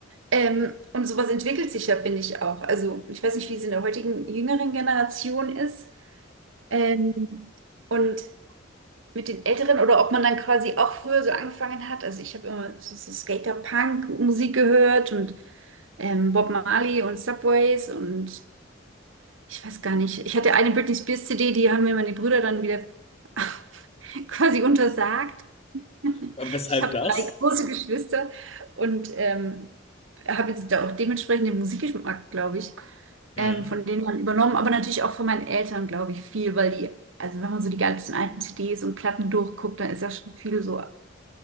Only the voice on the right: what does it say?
Ähm, und sowas entwickelt sich ja, finde ich auch. Also, ich weiß nicht, wie es in der heutigen jüngeren Generation ist. Ähm, und mit den Älteren oder ob man dann quasi auch früher so angefangen hat. Also ich habe immer so, so Skater-Punk-Musik gehört und ähm, Bob Marley und Subways und ich weiß gar nicht. Ich hatte eine Britney Spears CD, die haben mir meine Brüder dann wieder <laughs> quasi untersagt. <laughs>
Ich habe
drei große Geschwister und ähm, habe jetzt da auch dementsprechend den Musikgeschmack, glaube ich,
ähm, von denen man übernommen, aber natürlich auch von meinen Eltern, glaube ich, viel, weil die, also wenn man so die ganzen alten CDs und Platten durchguckt, dann ist ja schon viel so